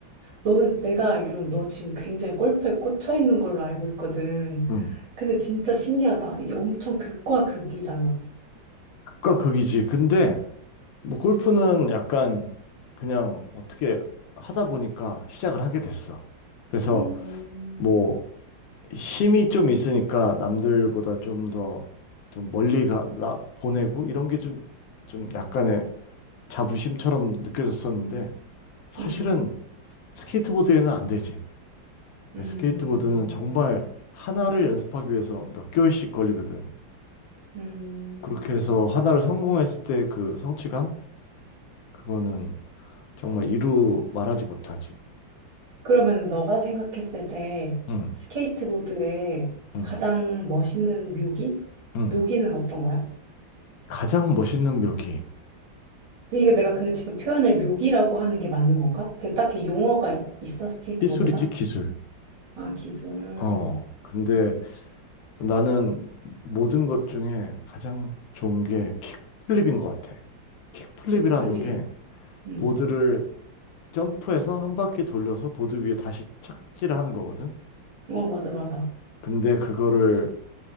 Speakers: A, on the right; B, on the left.
A: 너는 내가 알기로는 너 지금 굉장히 골프에 꽂혀 있는 걸로 알고 있거든.
B: 음,
A: 근데 진짜 신기하다. 이게 엄청 극과 극이잖아.
B: 극과 극이지. 근데 뭐 골프는 약간 그냥 어떻게 하다 보니까 시작을 하게 됐어. 그래서
A: 음,
B: 뭐 힘이 좀 있으니까 남들보다 좀 더 좀 멀리 가, 나, 보내고 이런 게 좀, 좀 약간의 자부심처럼 느껴졌었는데 사실은
A: 음,
B: 스케이트보드에는 안 되지.
A: 음,
B: 스케이트보드는 정말 하나를 연습하기 위해서 몇 개월씩 걸리거든.
A: 음.
B: 그렇게 해서 하나를 성공했을 때 그 성취감? 그거는 정말 이루 말하지 못하지.
A: 그러면 너가 생각했을 때
B: 응,
A: 스케이트보드의
B: 응,
A: 가장 멋있는 묘기?
B: 응.
A: 묘기는 어떤 거야?
B: 가장 멋있는 묘기.
A: 이게 내가 근데 지금 표현을 묘기라고 하는 게 맞는 건가? 그게 딱히 용어가 있, 있어, 스케이트보드가?
B: 기술이지, 기술.
A: 아, 기술,
B: 어, 근데 나는 모든 것 중에 가장 좋은 게 킥플립인 것 같아. 킥플립이라는
A: 킥플립.
B: 게
A: 음.
B: 보드를 점프해서 한 바퀴 돌려서 보드 위에 다시 착지를 하는 거거든.
A: 어, 맞아, 맞아.
B: 근데 그거를